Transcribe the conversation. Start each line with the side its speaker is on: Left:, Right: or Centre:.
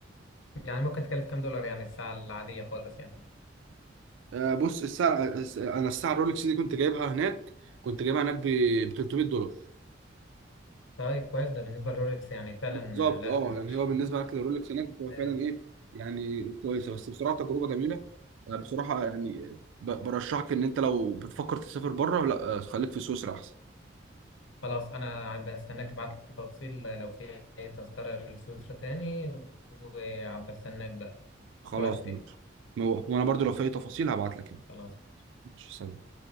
Left: يعني ممكن تكلف كام دولار يعني الساعه العاديه خالص يعني
Right: آه، بص الساعه انا الساعه الرولكس دي كنت جايبها هناك كنت جايبها هناك ب 300 دولار
Left: طيب كويس ده بالنسبة للرولكس يعني فعلا
Right: بالظبط
Left: آه، لا
Right: اه
Left: لا
Right: يعني
Left: مش
Right: هو بالنسبه لك للرولكس هناك بتبقى
Left: آه،
Right: فعلا ايه يعني كويسه بس بصراحه تجربه جميله آه، بصراحه يعني آه، ب- برشحك ان انت لو بتفكر تسافر بره لا آه، خليك في سويسرا احسن
Left: خلاص أنا بستناك تبعت لي التفاصيل لو في أي تذكرة لسويسرا تاني وبستناك بقى
Right: خلاص
Left: في وقت تاني
Right: و- وانا برضو لو في اي تفاصيل هبعت لك يعني.
Left: خلاص
Right: ماشي، سلام